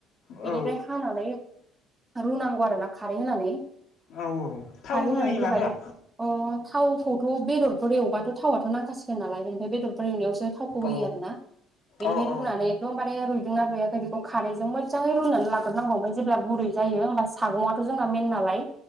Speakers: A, on the right; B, on the left.
A: बिनिफ्राय
B: औ
A: हानानै रुनांगौ आरो ना खारै होनानै
B: औ औ थाव
A: खारै
B: होयोना
A: होननानै रुबाय
B: होआ?
A: अ थावखौथ' बेदर एवबाथ' थावाथ' नांखासिगोन नालाय बेनिफाय बेदर खौ एवनायावसो थावखौ होयो
B: अ
A: आरोना। बेनिफ्राय
B: अ अ
A: रुनानै एकदमबारे रुइदोंना रुइयाखै बेखौ खारैजों मो जांङै रुनानै लाग्रोनांगौ ओमफ्राय जेब्ला गुरै जायो होमबा सागुंआथ' जोंना मेन नालाय